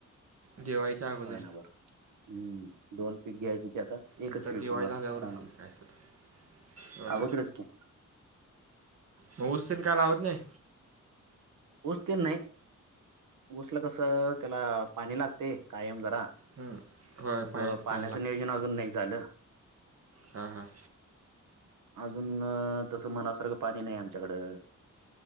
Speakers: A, on the right; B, on the right.
A: दिवाळीच्या अगोदर
B: सयनावरर हम्म दोन पीक घ्यायचेती आता. एकच
A: नंतर
B: पीक
A: दिवाळी
B: होणार
A: झाल्यावरच
B: रानात.
A: आहे काय असंल ते.
B: अगोदरच की
A: मग ऊस तेन काय लावत नाही.
B: ऊसतेन नाही ऊसल कसं त्याला पाणी लागते कायम जरा.
A: हम्म. होय
B: मग
A: पाणी
B: पाण्याचं
A: पाणी लागते
B: नियोजन अजून नाही झालं.
A: हां हां.
B: अजून तसं मनासारखं पाणी नाही आमच्याकडं.